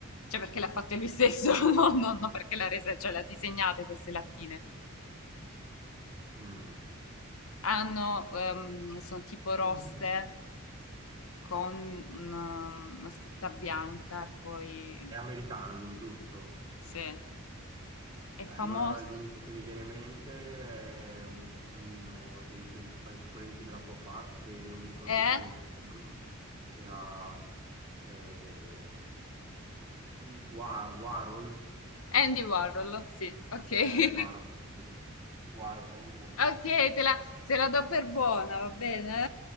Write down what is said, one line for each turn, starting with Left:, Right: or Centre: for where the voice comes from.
Left: Cioè perché l'ha fatta lui stesso, <laughs> no, no, no, perché l'ha resa, cioè l'ha disegnate queste lattine.
Right: Mm.
Left: Hanno, ehm, sono tipo rosse
Right: Uh,
Left: con una, una scritta bianca e poi,
Right: È americano lui, giusto?
Left: sì, è
Right: Eh, Allora
Left: famoso.
Right: l'unico che mi viene in mente è un- uno dei principali esponenti della pop art, che non mi ricordo
Left: È
Right: più come si chiama. Era eh, Wa- Warhol.
Left: Andy Warhol, sì, ok. <laughs>
Right: Eh, Warhol. sì. Warhol, Andy Warhol.
Left: Ok, te la, se la do per buona, va bene?